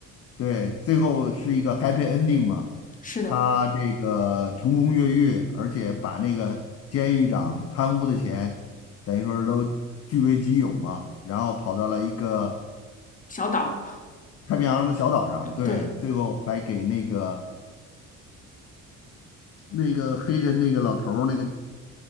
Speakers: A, on the left (about 40°); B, on the left (about 20°).
A: 对，最后是一个 happy ending 嘛，
B: 是的，
A: 他这个成功越狱，而且把那个监狱长贪污的钱，等于说是都据为己有嘛，然后跑到了一个
B: 小岛，
A: 太平洋的小岛上，对，
B: 对。
A: 最后还给那个。那个黑人那个老头儿，那个